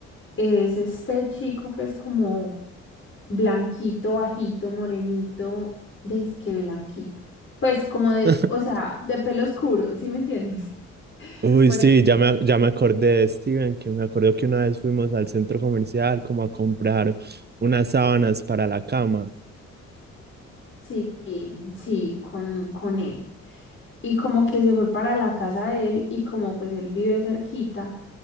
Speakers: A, on the left; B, on the right.
A: Es este chico que es como blanquito, bajito, morenito. ¿Veis qué blanquito? Pues como de,
B: <laughs>
A: o sea, de pelo oscuro, ¿sí me entiendes? <laughs>
B: Uy,
A: Por
B: sí,
A: eso.
B: ya me, ya me acordé de Steven, que me acuerdo que una vez fuimos al centro comercial como a comprar unas sábanas para la cama.
A: Sí, sí, con, con él. Y como que se fue para la casa de él y como pues él vive cerquita,